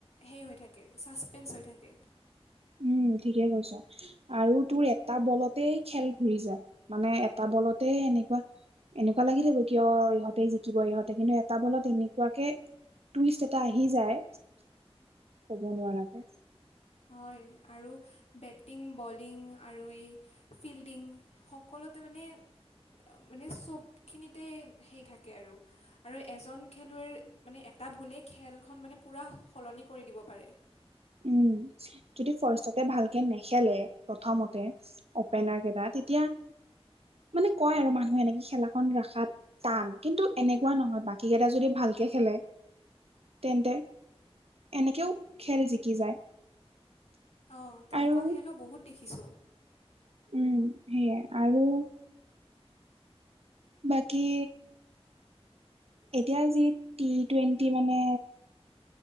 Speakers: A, on the left; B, on the right.
A: সে, হৈ থাকে ছাছপেঞ্চ হৈ থাকে।
B: উম, ঠিকে কৈছ আৰু তোৰ এটা বলতেই খেল ঘূৰি যায় মানে এটা বলতে। এনেকুৱা। এনেকুৱা লাগিলিব কিয় ইহঁতে জিকিব ইহঁতে কিন্তু এটা বলত এনেকুৱাকে। টুইষ্ট এটা আহি যায় কব নোৱাৰাকে।
A: হয় আৰু বেটিং বলিং আৰু এই ফিল্ডিং সকলো। <unintelligible> মানে মানে চবখিনিতে সেই থাকে আৰু, আৰু এজন খেলুৱৈৰ মানে তটা ভুলেই খেলখন মানে পুৰা সলনি কৰি দিব পাৰে।
B: উম যদি ফাৰ্ষতে ভালকে নেখেলে প্ৰথমতে অপেনাৰ কেইটা তেতিয়া মানে কয় আৰু মানুহে এনেকে খেলাখনন ৰখাত টান কিন্তু এনেকুৱা নহয় বাকী কেইটা যদি ভাল ভালকে খেলে তেন্তে এনেকেও খেল জিকি যায়।
A: অ, তেনেকুৱা
B: আৰু
A: খেলো বহুত দেখিছো।
B: উম, সেইয়াই আৰু। বাকী? এতিয়া যি টি টুৱেণ্টি মানে।